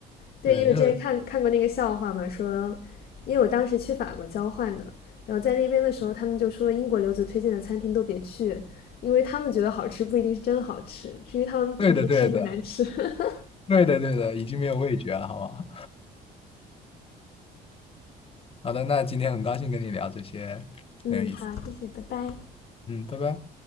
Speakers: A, on the left; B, on the left.
A: 对，
B: 对，
A: 因为我之前看看过那个笑话嘛，
B: 就是
A: 说，因为我当时去法国交换的，然后在那边的时候，他们就说英国留子推荐的餐厅都别去，因为他们觉得好吃不一定是真的好吃，是因为他们平时吃的难吃。
B: 对的，对的，
A: <laughs>
B: 对的，对的，已经没有味觉了，好吗？<laughs> 好的，那今天很高兴跟你聊这些，
A: 嗯，
B: 很有意思。
A: 好，谢谢，拜拜。
B: 嗯，拜拜。